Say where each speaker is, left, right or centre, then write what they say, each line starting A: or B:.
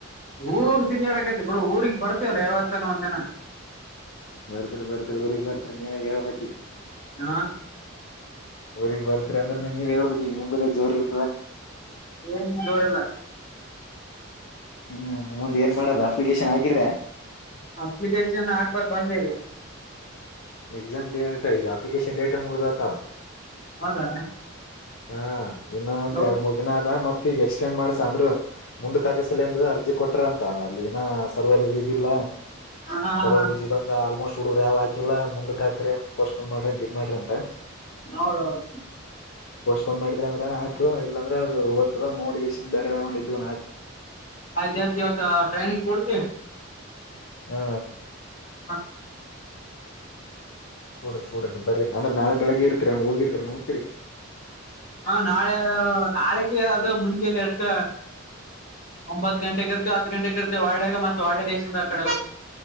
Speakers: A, on the left; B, on the left.
A: ಊರ್ ಊರ್ ತಿರಿಯಾಡಕೈತಿ ಬಿಡ ಊರಿಗೆ ಬರ್ತೇವಲ್ಲ ಯಾವತ್ತನ ಒಂದ್ ಜನ
B: ವರ್ತ ವರ್ತ್ತ ವರ ಬರ್ತರ ನೀನ ಳ ಬಕಿ
A: ಹ
B: ಅವಊ್ರಗ್ ಬರ್ತರಿ ಅಂದ್ರ ನೀವ್ ಹೇಳ್ಬೇಕು ಈಗ ನಿಮಗುದೇ ಜೋರ್ ಇರ್ತದ
A: ಏನ್ ಜೋರಿಲ್ಲ
B: ಹ್ಮ್ ಮುಂದ್ ಏನ್ ಮಾಡ್ರ ಅಪ್ಲಿಕೇಶನ್ ಹಾಕಿದ್ರೆ
A: ಅಪ್ಲಿಕೇಶನ್ ಹಾಕ್ಬೇಕಕ್ ಬಂದಗ
B: ಎಕ್ಸಾಮ್ ಡೇಟ್ ಇದು ಅಪ್ಲಿಕೇಶನ್ ಡೇಟ್ ಮುಗ್ದ್ತವ
A: ಹೌದಾ
B: ಹಾ ಇನ್ನೊಂದ್
A: ಹ
B: ಎರಡ್ ಮೂರ್ ದಿನ ಆದದ ಮತ್ ಗ ಎಕ್ಸ್ಟೆಂಡ್ ಮಾಡ್ಸ ಅಂದ್ರರು ಮುಂದಕ್ಕೆ ಹಾಕಸಲ್ಲಂದು ಅರ್ಜಿ ಕೊಟ್ರ ಅಂತ ಅಲ್ಲಿ ಏನ ಸರ್ವರ್ ಈಗಿಲ್ಲಾ
A: ಹಾ
B: ಸರ್ವರ್
A: ಹಾ
B: ಬ್ಯುಸಿ ಬಂದ ಆಲ್ಮೋಸ್ಟ್ ಚುಡ್ರಿ ಯಾವ ಹಾಕಿಲ್ಲ ಮುಂದಕ್ಾಕ್ರಿ ಅಂತ ಪೋಸ್ಟ್ೋನ್ ಮಾಡ್ರಿ ಅಂತ ಇದ್ ಮಾಡ್ರಿ ಅಂತ
A: ಹೌದೌದು
B: ಪೋಸ್ಟ್ಪೋನ್ ಮಾಡಿದ್ರ ಅಂದ್ರ ಆಯ್ತು ಇಲ್ಲಾಂದ್ರೆ ಅದುದ ಅದ ನೋಡ್ಗಷ್ಟನ್ ಬೇರೆ ಅವನ ಇದ್ವ ನಾಗ
A: ಆಯ್ತ ಆಯ್ತು ಇವತ್ತು ಟ್ರೈನಿಗೆ ಕೊಡ್ತಿ
B: ಹಾ
A: ಹಾ
B: ಕೂಡ ಕೂಡ್ರ ಬರರಿ ಅಂದ್ರೆ ನಾಳೆ ಬೆಳಿಗ್ಗೆ ಇರ್ತೀರಿ ಹಂಗ ಹೋಗಿರ್ತರಿ ನೋಡ್ಕೇಡಿ
A: ಹಾ ನಾಳೆ ನಾಳೆಗೆ ಅದು ಮುಂಜೆಾನ ಎಷ್ಟ ಒಂಬತ್ ಗಂಟೆಗೆ ಕರ್ತ ಹತ್ತು ಗಂಟೆೆಗೆ ಕರ್ತೀವೆ ವಾಡ್ಯಾಗ ಮತ್ತ ವಡ ದೇಶದ ಕಡ